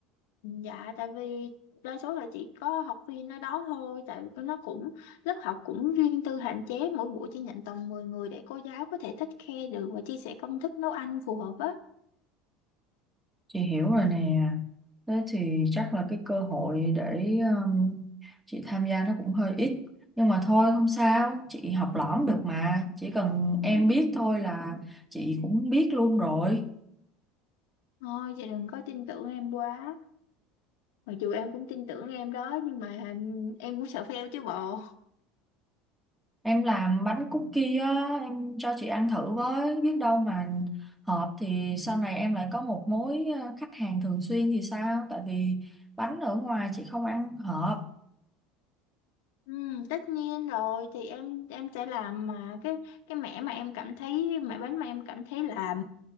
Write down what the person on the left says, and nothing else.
dạ tại vì đa số là chỉ có học viên ở đó thôi tại vì nó cũng lớp học cũng riêng tư hạn chế mỗi buổi chỉ nhận tầm 10 người để cô giáo có thể take care được và chia sẻ công thức nấu ăn phù hợp á
thôi chị đừng có tin tưởng em quá mặc dù em cũng tin tưởng em đó nhưng mà ừ, em cũng sợ fail chứ bộ
Ừ, tất nhiên rồi thì em em sẽ làm mà cái cái mẻ mà em cảm thấy mẻ bánh mà em cảm thấy là